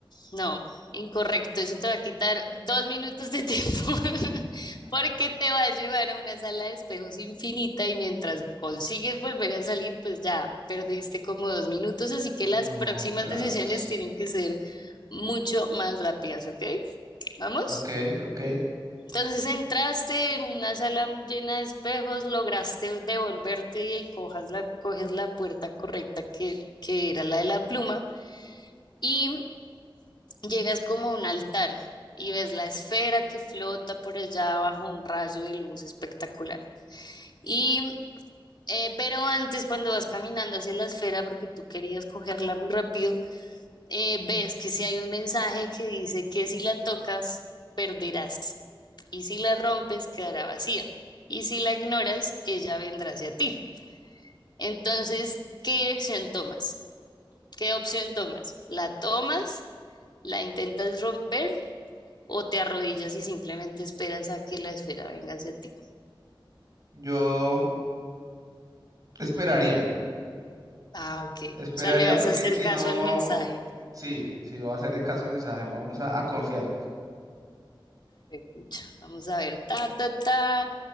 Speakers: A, on the left (about 55°); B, on the right (about 45°).
A: No, incorrecto. Eso te va a quitar dos minutos de tiempo <laughs> porque te va a llevar a una sala de espejos infinita y mientras consigues volver a salir, pues ya perdiste como dos minutos. Así que las
B: No,
A: próximas
B: graves.
A: decisiones tienen que ser mucho más rápidas, ¿ok? ¿Vamos?
B: Ok, ok.
A: Entonces entraste en una sala llena de espejos, lograste devolverte y cojas la- coges la puerta correcta que, que era la de la pluma. Y Llegas como a un altar y ves la esfera que flota por allá bajo un rayo de luz espectacular. Y, eh, pero antes, cuando vas caminando hacia la esfera, porque tú querías cogerla muy rápido, eh, ves que si hay un mensaje que dice que si la tocas, perderás. Y si la rompes, quedará vacía. Y si la ignoras, ella vendrá hacia ti. Entonces, ¿qué dirección tomas? ¿Qué opción tomas? ¿La tomas? ¿La intentas romper? o te arrodillas y simplemente esperas a que la esfera venga hacia ti.
B: Yo esperaría,
A: Ah, ok.
B: esperaría
A: O sea, le vas
B: porque
A: a hacer
B: si
A: caso
B: no...
A: al mensaje.
B: Sí, sí, voy a hacerle caso al mensaje, vamos a, a confiar.
A: Escucha, vamos a ver, ta, ta, ta.